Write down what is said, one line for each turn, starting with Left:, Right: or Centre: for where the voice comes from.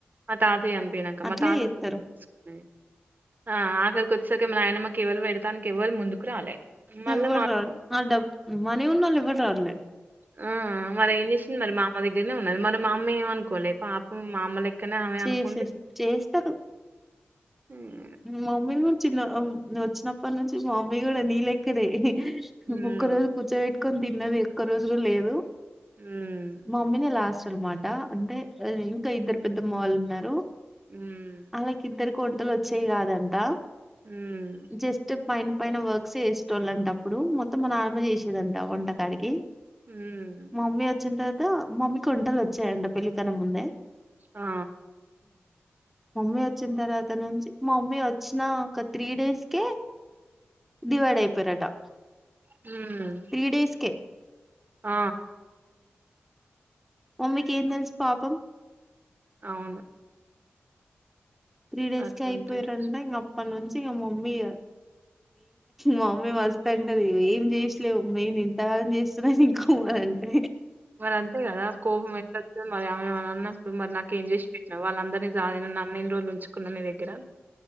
Right: మా తాతయ్య చనిపోయినాక
Centre: అట్లే
Right: మా తాత
Centre: చేస్తారు
Right: <unintelligible> ఆ అఖరికి వచ్చెసరికీ మా నాయనమ్మ కీ ఎవళు పెడతానికి ఎవళు ముందుకు రాలే మళ్ళా
Centre: ఎవ్వరు
Right: మా
Centre: రారు ఆ డబ్ మనీ ఉన్నాళ్ళు ఎవ్వరు రారులే
Right: మ్మ్ మరెం ఏం చేసింది మరి మా అమ్మ దగ్గరనే ఉన్నది మరి మా అమ్మ ఏమ్ అనుకోలే పాపం మా అమ్మ లే అక్కనే ఆమె
Centre: చేసేసి
Right: అనుకుంది
Centre: చేస్తారు
Right: అవును
Centre: మా మమ్మీ కూడా వచ్చిన్న నువ్వు వచ్చినప్పటి నుంచి మా మమ్మీ కూడా నీ లెక్క నే
Right: హ్మ్.
Centre: ఒక్క రోజు కూర్చోబెట్టుకని తిన్నది ఒక్క రోజు కూడా లేదు
Right: హ్మ్.
Centre: మమ్మీనే లాస్ట్ అన్నమాట అంటే ఇంకా ఇద్దరు పెద్దమ్మ వాళ్ళు ఉన్నారు
Right: మ్మ్
Centre: వాళ్ళకి ఇద్దరికి వంటలు వచ్చేవి కాదంట
Right: మ్మ్
Centre: జస్ట్ పైన పైన వర్క్స్ చేసేటోళ్ళు అంటా అప్పుడు మొత్తం నానమ్మ చేసేదంట వంటకాడికి
Right: హ్మ్.
Centre: మమ్మీ వచ్చిన తర్వాత మమ్మీకి వంటలు వచ్చాయంట పెళ్లి కన్న ముందే
Right: ఆ
Centre: మమ్మీ వచ్చిన తర్వాత నుంచి మా మమ్మీ వచ్చినా ఒక త్రీ డేస్ కే డివైడ్ అయిపొయారటా
Right: హ్మ్.
Centre: త్రీ డేస్ కే
Right: ఆ
Centre: మమ్మీకి ఏం తెలిసు పాపం
Right: అవును.
Centre: త్రీ డేస్కే
Right: అట్లుంటది.
Centre: అయిపోయిరంటా అప్పటి నుంచి మమ్మీ గా మా మమ్మీ మస్త్ అంటాది ఏమేం చేసలేవు మిము ఇంత పని చేస్తున్నా ఇంకో వంటే
Right: మరి అంతే కదా కోపం ఎట్లా యి <unintelligible> మరి ఆమెన్నా ఇప్పుడు మరి నాకు ఏం చేసి పెట్టినావ్ వాళ్ళందరినీ సాకినావ్ నన్ను ఎన్ని రోజులు ఉంచుకున్నవ్ నీ దగ్గర